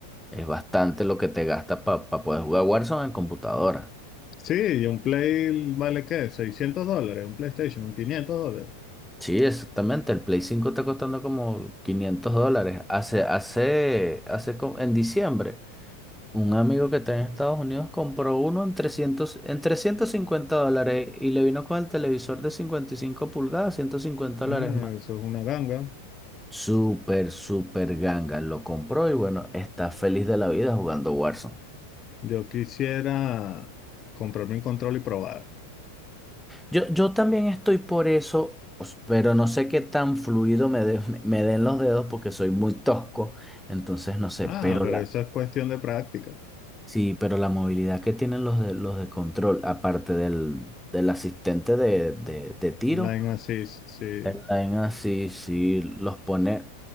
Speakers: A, in the centre; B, on the left.
A: Es bastante lo que te gastas para poder jugar Warzone en computadora.
B: sí, y un Play vale ¿qué? seiscientos dólares, un PlayStation, 500 dólares.
A: Sí, exactamente. El Play 5 está costando como 500 dólares. Hace, hace, hace, co- en diciembre. Un amigo que está en Estados Unidos compró uno en trescientos, en 350 dólares y le vino con el televisor de 55 pulgadas, 150 dólares
B: Eh,
A: más.
B: eso es una ganga.
A: Súper, súper ganga. Lo compró y bueno, está feliz de la vida jugando Warzone.
B: Yo quisiera comprarme un control y probar.
A: Yo, yo también estoy por eso, os- pero no sé qué tan fluido me, de- me me den los dedos porque soy muy tosco. Entonces no sé,
B: Ah,
A: pero
B: pero
A: la,
B: eso es cuestión de práctica.
A: sí, pero la movilidad que tienen los de, los de control, aparte del, del asistente de de- de tiro.
B: Line Assist, sí.
A: El line así, sí, los pone,